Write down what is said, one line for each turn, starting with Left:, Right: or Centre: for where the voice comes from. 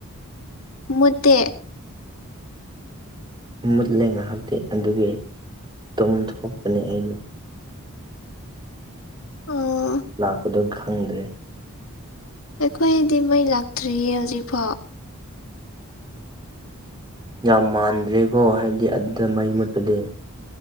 Left: ꯃꯨꯠꯇꯦ
Right: ꯃꯨꯠꯂꯦ ꯉꯥꯏꯍꯥꯛꯇꯤ ꯑꯗꯨꯒꯤ ꯇꯨꯝ ꯊꯣꯛꯄꯅꯦ ꯑꯩꯩꯗꯣ
Left: ꯑꯣ
Right: ꯂꯥꯛꯄꯗꯣ ꯈꯪꯗ꯭ꯔꯦ
Left: ꯑꯩꯈꯣꯏꯗꯤ ꯃꯩ ꯂꯥꯛꯇ꯭ꯔꯤꯌꯦ ꯍꯧꯖꯤꯛꯐꯥꯎ
Right: ꯌꯥꯝ ꯃꯥꯟꯗ꯭ꯔꯦꯀꯣ ꯍꯥꯏꯕꯗꯤ ꯑꯗꯨꯗ ꯃꯍꯩ ꯃꯨꯠꯄꯗꯤ